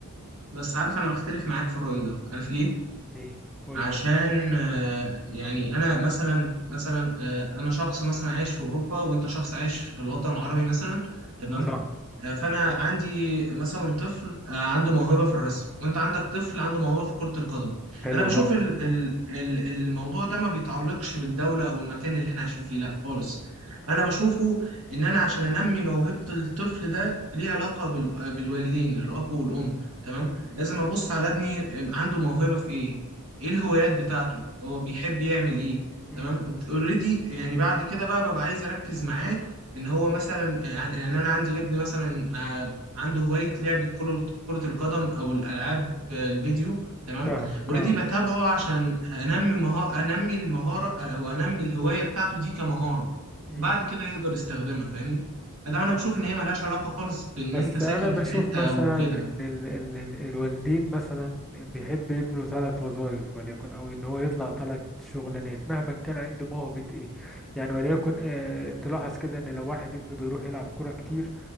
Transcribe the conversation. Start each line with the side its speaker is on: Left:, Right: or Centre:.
Right: بس عارف انا بختلف معاك في الرأي ده عارف ليه
Centre: ليه قول
Right: عشان
Centre: لي.
Right: آه، يعني انا مثلا مثلا آه، انا شخص مثلا عايش في اوروبا وانت شخص عايش في الوطن العربي مثلا تمام
Centre: صح
Right: آه، فانا عندي مثلا طفل آه، عنده موهبه في الرسم وانت عندك طفل عنده موهبه في كره القدم
Centre: حلو
Right: انا بشوف
Centre: خالص
Right: ال- ال- ال- الموضوع ده ما بيتعلقش بالدوله او المكان اللي احنا عايشين فيه لا خالص انا بشوفه ان انا عشان
Centre: مم.
Right: انمي موهبه الطفل ده ليه علاقه بال- آه، بالوالدين الاب والام تمام
Centre: مم.
Right: لازم ابص على ابني آم، عنده موهبه في ايه ايه الهوايات بتاعته هو بيحب يعمل ايه
Centre: مم.
Right: تمام اوريدي يعني بعد كده بقى ببقى عايز اركز معاه ان هو مثلا يعني ان انا عندي ابن مثلا آه، عنده هوايه لعبه كره كرة القدم او الالعاب آه، الفيديو تمام
Centre: فاهمك
Right: اوريدي
Centre: اه
Right: بتابعه عشان انمي مهارة انمي المهاره آه، او انمي الهوايه بتاعته دي كمهاره
Centre: مم.
Right: بعد
Centre: مم.
Right: كده يقدر يستخدمها فاهمني ده
Centre: مم.
Right: انا بشوف ان هي ملهاش علاقه خالص بان
Centre: بس
Right: انت ساكن
Centre: انا بشوف
Right: في حته
Centre: مثلا
Right: او كده
Centre: ان ال ال الوالدين مثلا بيحب ابنه ثلاث وظائف وليكن او ان هو يطلع ثلاث شغلانات مهما كان عنده موهبة ايه يعني وليكن آه تلاحظ كده ان لو واحد ابنه بيروح يلعب كرة كتير